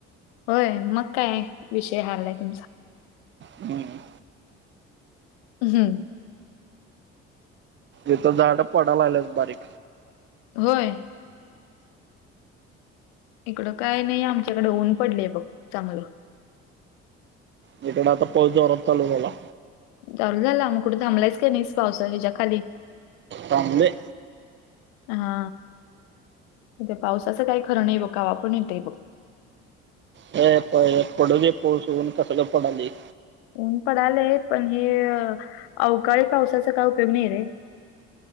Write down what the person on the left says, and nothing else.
होय मग काय विषय हार्ड आहे तुमचा.
हम
होय इकडं काय नाही आमच्याकडे ऊन पडलय बघ चांगलं.
चालू झाला मग कुठ थांबलाय का नाहीस पाऊसा हिच्या खाली.
हा इथं पावसाचं काय खरं नाही बघ कवा पण येतय बघ‌.
ऊन पडालेय पण हे अवकाळी पावसाचा काय उपयोग नाही रे.